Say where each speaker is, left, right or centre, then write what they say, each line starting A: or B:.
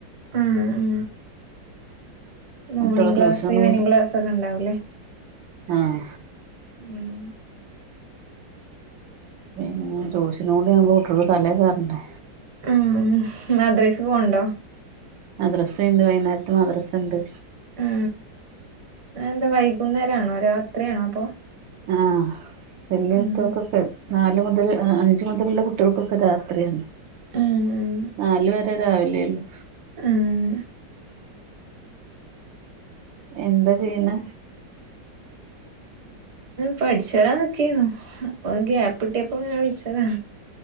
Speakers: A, on the right; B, on the right.
A: ആ ഉ മോർണിംഗ
B: കുട്ടികളെ ട്യൂഷന്
A: ക്ലാസ് ഈവനിങ് ക്ലാസ് ഒക്കെ ഉണ്ടാവൂല്ലേ?
B: ആഹ
A: ഉം
B: പിന്നെ ട്യൂഷനു കുടിയ്ക്കുമ്പോട്ട് തലേ കയറണ്ടണ്ട്.
A: അ മദ്രൈസ് പോണ്ടോ.
B: മദ്രസ ഉണ്ട് വൈന്നാരത്ത് മദ്രസ ഉണ്ട്.
A: ആ അതെന്താ വൈകുന്നേര ആണോ രാത്രിയാണോ അപ്പൊ?
B: ആ വല്യ വീട്ടികർക്കൊക്കെ
A: ഉം
B: നാല് മുതൽ അഞ്ച മുതലുള്ള കുട്ടികൾക്കൊക്കെ രാത്രിയാണ്.
A: ഉം ഉം
B: നല് വരെ രാവിലെയല്ലോ.
A: ആഹ
B: എന്താ ചെയ്യന്ന
A: പഠിച്ചു വരാ നോക്കിു അപ്പൊ ഗ്യാപ്പ് ഇിട്ടിയപ്പോ എങ്ങന വിളിച്ചതാ.